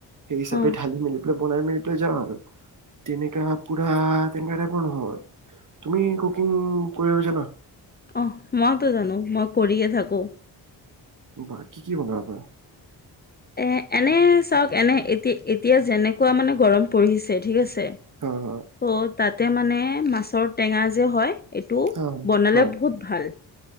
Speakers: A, on the right; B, on the left.
A: সেই হিচাপে
B: অঁ।
A: ঢালি মেলি পেলাই বনাই মেলি পেলাই যাওঁ আৰু। তেনেকা পুৰা তেনেকুৱা টাইপৰ নহয়, তুমি কুকিং কৰিব জানা?
B: অ' মইতো জানো মই কৰিয়ে থাকোঁ।
A: বাকী কি বনাব পাৰা?
B: এ, এনে চাওঁক এনে এতি এতিয়া যেনেকুৱা মানে গৰম পৰিছে ঠিক আছ <unintelligible>
A: হা হা
B: চ' তাতে মানে মাছৰ টেঙা যে হয়। এইটো
A: হা
B: বনালে
A: হা
B: বহুত ভাল।